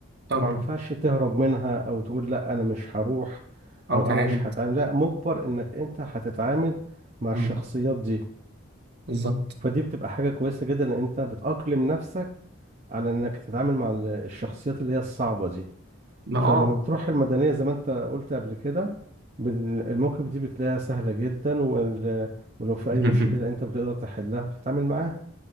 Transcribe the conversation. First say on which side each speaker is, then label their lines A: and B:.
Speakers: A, on the right; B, on the right.
A: طبعا
B: ما ينفعش تهرب منها او تقول لا انا مش هروح
A: أو
B: او
A: تعاند
B: انا مش هتعامل لا مجبر انك انت هتتعامل مع
A: مم.
B: الشخصيات دي
A: بالظبط
B: فدي بتبقى حاجة كويسة جدا ان انت بتأقلم نفسك على انك تتعامل مع ال- الشخصيات اللي هي الصعبة دي
A: ما
B: فلما
A: اه
B: بتروح المدنية زي ما انت قلت قبل كده بال- المواقف دي بتلاقيها سهلة جدا وال... ولو في
A: <laughs>
B: اي مشكلة انت بتقدر تحلها وبتتعامل معاها